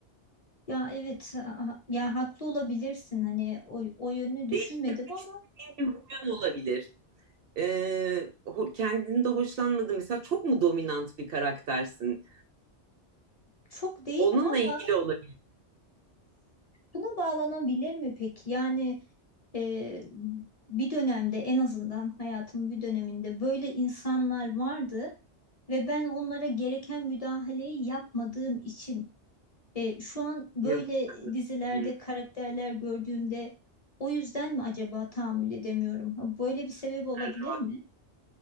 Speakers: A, on the left (about 35°); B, on the right (about 60°).
A: Ya evet ha- ya haklı olabilirsin hani o, o yönünü düşünmedim
B: Değiştirmek
A: ama
B: senin bir huyun olabilir. Ee, ho- kendini de hoşlanmadığın mesela çok mu dominant bir karaktersin?
A: çok değilim
B: Onunla
A: ama
B: ilgili olabilir.
A: şuna bağlanabilir mi peki? Yani e, bir dönemde en azından hayatımın bir döneminde böyle insanlar vardı ve ben onlara gereken müdahaleyi yapmadığım için e, şu an böyle
B: Yapamadım.
A: dizilerde
B: Hmm, yani
A: karakterler gördüğümde o yüzden mi acaba tahammül edemiyorum? Ha, Böyle bir sebep olabilir
B: rahat.
A: mi?